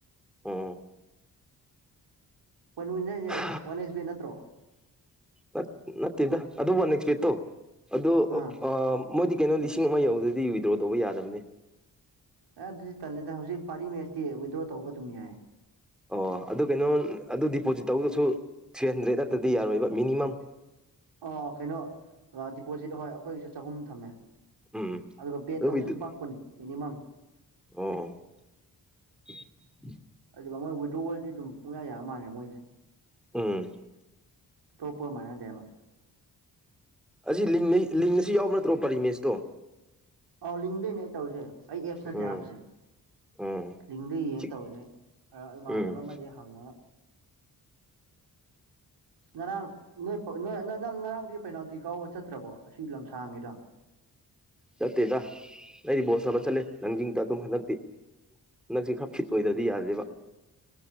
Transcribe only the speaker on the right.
ꯋꯥꯟ ꯋꯤꯟ ꯍꯥꯏꯁꯦ
ꯋꯥꯟ ꯑꯦꯛꯁ ꯕꯦꯠ ꯅꯠꯇ꯭ꯔꯣ
ꯑꯥ
ꯑꯦ ꯑꯗꯨꯗꯤ ꯇꯜꯂꯦꯗ ꯍꯧꯖꯤꯛ ꯄꯥꯔꯤ ꯃꯦꯁꯇꯤ ꯋꯤꯗ꯭ꯔꯣ ꯇꯧꯕ ꯑꯗꯨꯝ ꯌꯥꯏ
ꯑꯣ ꯀꯩꯅꯣ ꯗꯤꯄꯣꯖꯤꯠ ꯍꯣꯏ ꯑꯩꯈꯣꯏꯒꯤꯁꯨ ꯆꯍꯨꯝ ꯊꯝꯃꯦ
ꯑꯗꯨꯒ ꯄꯦ
ꯇꯧꯕꯁꯨ ꯂꯨꯄꯥ ꯀꯨꯟ ꯃꯤꯅꯤꯃꯝ
ꯑꯗꯨ ꯃꯣꯏ ꯋꯤꯗꯣ ꯋꯥꯔꯜꯗꯤ ꯑꯗꯨꯝ ꯄꯨꯡꯌꯥ ꯌꯥ ꯃꯥꯜꯂꯦ ꯃꯣꯏꯁꯦ
ꯇꯣꯞꯄ ꯃꯅꯥꯗꯦꯕ
ꯑꯥꯎ ꯂꯤꯡꯗꯣꯏꯅꯦ ꯑꯩ ꯇꯧꯔꯤꯁꯦ ꯑꯩ ꯑꯦꯞꯁ ꯅꯠꯇꯦ
ꯍꯥꯞꯄꯤꯁꯦ
ꯂꯤꯡꯗ ꯌꯦꯡꯉ
ꯇꯧꯔꯤꯅꯦ ꯏꯃꯥꯟꯅꯕ
ꯑꯃꯗꯤ ꯍꯪꯉ ꯉꯔꯥꯡ ꯅꯣꯏ ꯅꯣꯏ ꯅ ꯅꯪ ꯉꯔꯥꯡꯗꯤ ꯄꯦꯅꯥꯜꯇꯤ ꯀꯥꯎꯕ ꯆꯠꯇ꯭ꯔꯕꯣ ꯑꯁꯤ ꯂꯝꯁꯥꯡꯒꯤꯗ